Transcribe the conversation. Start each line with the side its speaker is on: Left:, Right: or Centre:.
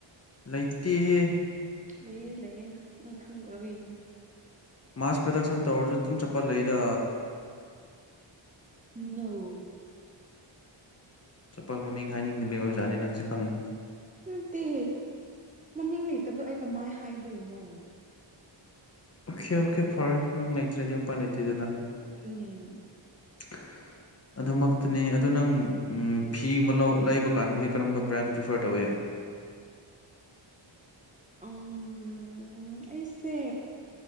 Left: ꯂꯩꯇꯦꯍꯦ꯫
Right: ꯂꯩꯌꯦ ꯂꯩꯌꯦ ꯅꯪ ꯈꯪꯗꯕꯒꯤꯅꯤ꯫
Left: ꯃꯥꯁ ꯄ꯭ꯔꯗꯛꯁꯟ ꯇꯧꯔꯁꯨ ꯑꯗꯨꯝ ꯆꯠꯄꯜ ꯂꯩꯗꯥ꯫
Right: ꯅꫭ꯫
Left: ꯆꯄꯜ ꯃꯃꯤꯡ ꯍꯥꯏꯅꯤꯡꯕꯒꯤ ꯑꯣꯖꯥꯠꯅꯦ ꯅꯪꯁꯦ ꯈꯪꯉꯦ꯫
Right: ꯅꯠꯇꯦ ꯃꯃꯤꯡ ꯂꯩꯇꯕꯗꯣ ꯑꯩ ꯀꯃꯥꯏ ꯍꯥꯏꯗꯣꯏꯅꯣ꯫
Left: ꯑꯣꯀꯦ ꯑꯣꯀꯦ ꯐꯔꯦ ꯃꯤꯡ ꯂꯩꯇ꯭ꯔꯗꯤ ꯎꯄꯥꯏ ꯂꯩꯇꯦꯗꯅ꯫
Right: ꯑꯗꯨꯅꯤ꯫
Left: <unintelligible> ꯑꯗꯨꯃꯛꯇꯅꯤ ꯑꯗꯨ ꯅꯪ ꯐꯤꯒꯨꯝꯕ ꯂꯧ ꯂꯩꯕ ꯀꯥꯟꯗꯗꯤ ꯀꯔꯝꯕ ꯕ꯭ꯔꯥꯟ ꯄ꯭ꯔꯤꯐꯔ ꯇꯧꯋꯦ꯫
Right: ꯎꯝ ꯑꯁꯦ